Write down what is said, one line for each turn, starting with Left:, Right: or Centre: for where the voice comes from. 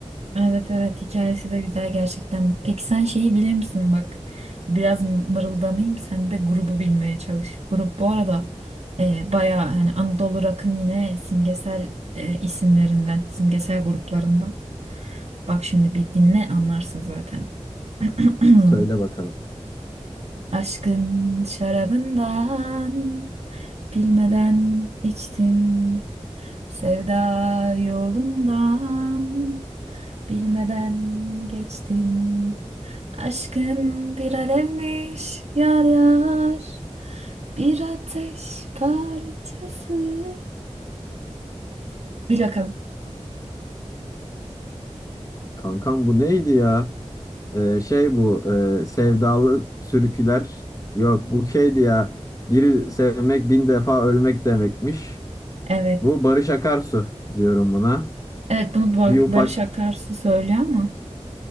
Right: Evet evet hikayesi de güzel gerçekten. Peki sen şeyi bilir misin bak? Biraz mı- mırıldanayım sen de grubu bilmeye çalış. Grup bu arada e, bayağı hani Anadolu Rock'ın yine simgesel e, isimlerinden, simgesel gruplarından. Bak şimdi bir dinle anlarsın zaten. <clears throat>
Left: Söyle bakalım.
Right: Aşkın şarabından bilmeden içtim. Sevda yolundan bilmeden geçtim. Aşkın bir alevmiş yar yar. Bir ateş parçası. Bil bakalım.
Left: Kankam bu neydi ya? Ee, şey bu e, sevdalı türküler yok bu şeydi ya bir sevmek bin defa ölmek demekmiş.
Right: Evet.
Left: Bu Barış Akarsu diyorum buna.
Right: Evet bunu Ba-
Left: Bir ufak
Right: Barış Akarsu söylüyor ama.